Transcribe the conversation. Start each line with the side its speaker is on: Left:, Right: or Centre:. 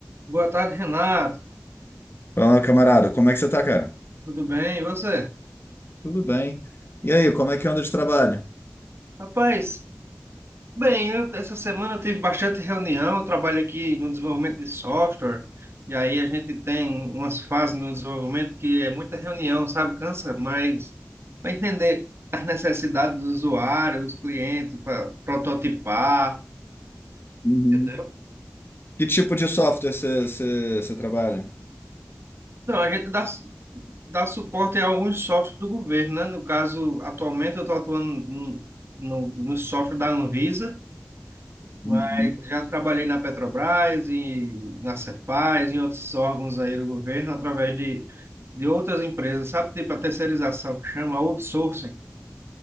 Right: Boa tarde, Renato.
Left: Fala, camarada, como é que você tá, cara?
Right: Tudo bem? E você?
Left: Tudo bem. E aí, como é que anda de trabalho?
Right: Rapaz, bem, eu- essa semana eu tive bastante reunião. Eu trabalho aqui no desenvolvimento de software, e aí a gente tem umas fases no desenvolvimento que é muita reunião, sabe? Cansa, mas para entender as necessidades do usuário, dos clientes, para prototipar,
Left: Uhum.
Right: entendeu?
Left: Que tipo de software você você- você trabalha?
Right: Então, a gente dá, dá suporte a alguns softwares do governo, né? No caso, atualmente eu estou atuando no, no, no software da Anvisa.
Left: Uhum.
Right: Mas já trabalhei na Petrobras e na Cefaz, em outros órgãos aí do governo, através de, de outras empresas, sabe? Tipo a terceirização, que chama outsourcing.